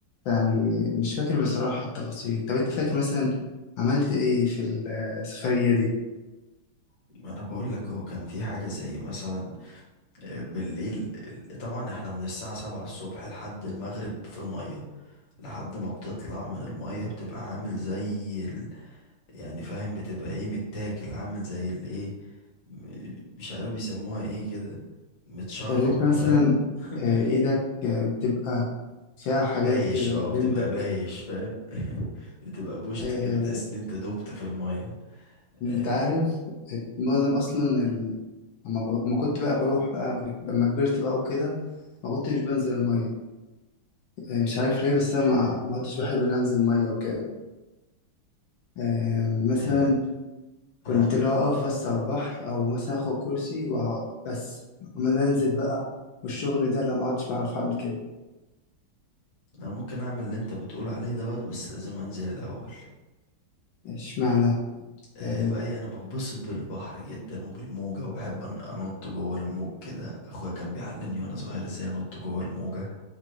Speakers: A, on the left; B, on the left.
A: يعني مش فاكر بصراحة التفاصيل طب انت فاكر مثلا عملت ايه في السفرية دي
B: ما انا بقول لك هو كان في حاجه زي مثلا آه، بالليل ال- طبعا احنا من الساعه 7 الصبح لحد المغرب في الميه لحد ما بتطلع من الميه بتبقى عامل زي ال... يعني فاهم بتبقى ايه متاكل عامل زي الايه م- مش عارف بيسموها ايه كده متشرب
A: اللي انت مثلا
B: فاهم <laughs>
A: آه، ايدك آه، بتبقى فيها حاجات
B: بايش
A: كده
B: اه
A: جلدك
B: بتبقى بايش فاهم <laughs> بتبقى بوشت
A: اه
B: كده تحس ان انت دبت في الميه
A: انت
B: آه،
A: عارف معظم اصلا ال... اما ب... ما كنت بقى بروح بقى ولك- اما كبرت بقى وكده ما كنتش بنزل الميه آه، مش عارف ليه بس انا
B: اشمعنى
A: ما, ما كنتش بحب ان انزل الميه وكده آه، مثلا
B: آه،
A: كنت
B: انا
A: لو اقف بس على البحر او مثلا اخد كرسي واقعد بس اما أنا انزل بقى والشغل ده لا ما عدتش بعرف اعمل كده
B: انا ممكن اعمل اللي انت بتقول عليه دوت بس لازم انزل الاول
A: اشمعنى
B: ايه
A: يعني
B: بقى إيه، انا بنبسط بالبحر جدا وبالموجة وبحب أن- انط جوه الموج كده اخويا كان بيعلمني وانا صغير ازاي انط جوه الموجة